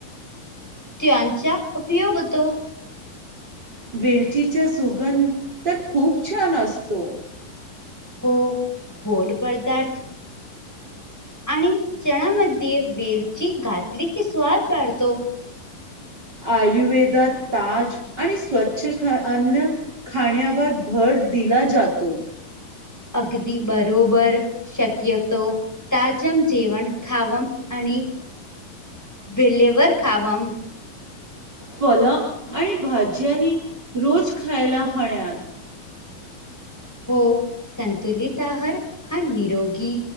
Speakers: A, in the centre; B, on the right.
A: त्यांचा उपयोग होतो.
B: वेलचीचा सुगंध तर खूप छान आसतो.
A: हो गोड पदार्थ आणि चहामध्ये वेलची घातली की स्वाद वाढतो.
B: आयुर्वेदा ताज आणि स्वच्छ ख अन्न खाण्यावर भर दिला जातो.
A: अगदी बरोबर शक्यतो ताजम जेवण खावम आणि बेल्लेवर खावम
B: फल आणि भाज्या हि रोज खायला हाण्यात.
A: हो, संतुलित आहार हा निरोगी